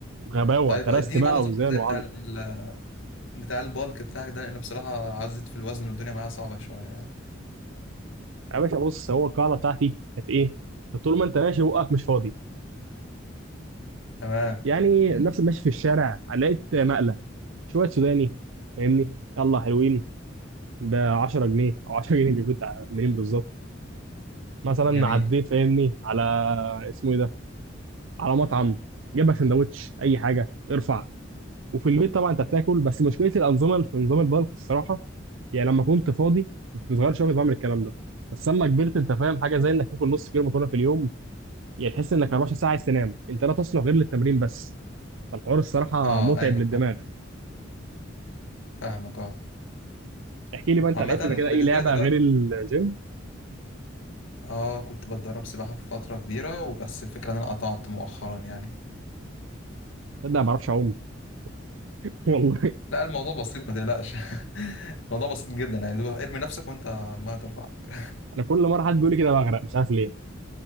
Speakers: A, on the right (about 80°); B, on the left (about 85°).
A: غباوه
B: طيب
A: ترست
B: اديني
A: بقى
B: بقى النظام
A: اوزان
B: الغذائي
A: وعضل
B: بتاع ال... بتاع البالك بتاعك ده لأن بصراحة عزيت في الوزن والدنيا معايا صعبة شوية يعني
A: يا باشا بص هو القاعده بتاعتي كانت ايه طول ما انت ماشي بقك مش فاضي
B: تمام
A: يعني نفس ماشي في الشارع لقيت مقلة شوية سوداني فاهمني يلا حلوين ب 10 جنيه او 10 جنيه دي كنت منين بالظبط مثلا
B: جميل
A: عديت فاهمني على اسمه ايه ده على مطعم جاب لك سندوتش اي حاجة ارفع وفي البيت طبعا انت بتاكل بس مشكلة الأنظمة في نظام البلك الصراحة يعني لما كنت فاضي كنت صغير شوية كنت بعمل الكلام ده بس لما كبرت انت فاهم حاجة زي انك تاكل نص كيلو مكرونة في اليوم يعني تحس انك 24 ساعة عايز تنام انت لا تصلح غير للتمرين بس فالحوار الصراحة
B: أه
A: متعب
B: أيوه
A: للدماغ
B: فاهم فاهمك أه
A: احكي لي بقى
B: وعامة
A: انت لعبت قبل كده اي
B: بالنسبة
A: لعبه
B: لي دلوقتي
A: غير الجيم
B: أه كنت بتدرب سباحة في فترة كبيرة وبس الفكرة إن أنا قطعت مؤخرا يعني
A: تصدق ما بعرفش اعوم <laughs> والله
B: لا الموضوع بسيط ما تقلقش <laughs> الموضوع بسيط جدا يعني اللي هو ارمي نفسك وأنت المية ترفعك
A: انا كل مره حد بيقول لي كده بغرق مش عارف ليه